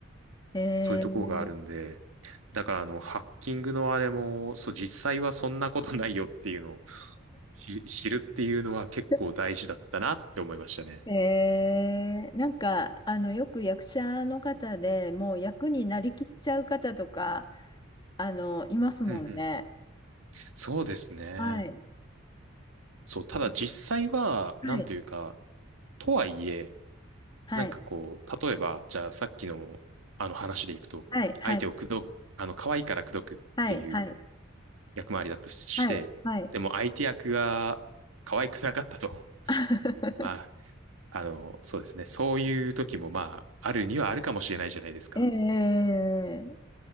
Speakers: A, on the left (about 20°); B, on the right (about 80°).
A: えー
B: そういうところがあるんで、だからあの、ハッキングのあれも、そう、実際はそんなことないよっていうのを知知るっていうのは結構大事だったなって思いましたね。
A: <laughs> えー、なんか、あの、よく役者の方でもう役になりきっちゃう方とか、あの、いますもんね。
B: うんうんうん。そうですね。
A: はい。
B: そう、ただ実際は、
A: えー
B: なんというか、
A: はい、
B: とはいえ、
A: はい、
B: なんかこう、例えば、じゃあさっきのあの話でいくと、
A: はい、はい、
B: 相手を口説く、あの、可愛いから口説くっていう
A: はい、はい、
B: 役回りだったとして、
A: はい、はい。
B: でも相手役が可愛くなかったと。<laughs>
A: <laughs>
B: まあ、あの、そうですね。そういう時もまあ、あるにはあるかもしれないじゃないですか。
A: ええ